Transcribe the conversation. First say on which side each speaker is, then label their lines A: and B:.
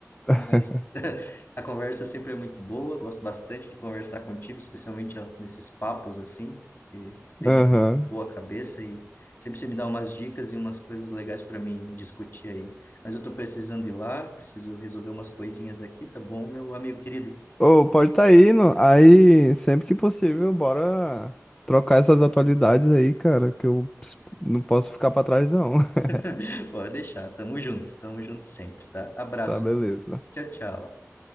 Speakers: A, on the left (about 15°); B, on the left (about 45°).
A: <laughs>
B: Mas <laughs> a conversa sempre é muito boa, gosto bastante de conversar contigo, especialmente ó, nesses papos assim, que tu tem
A: Aham.
B: boa cabeça e sempre você me dá umas dicas e umas coisas legais para mim discutir aí. Mas eu tô precisando ir lá, preciso resolver umas coisinhas aqui, tá bom, meu amigo querido?
A: Ô, pode estar tá indo. Aí, sempre que possível, bora trocar essas atualidades aí, cara, que eu ps- não posso ficar pra trás, não. <laughs>
B: <laughs> Pode deixar, tamo junto, tamo junto sempre, tá? Abraço,
A: Tá, beleza.
B: tchau, tchau.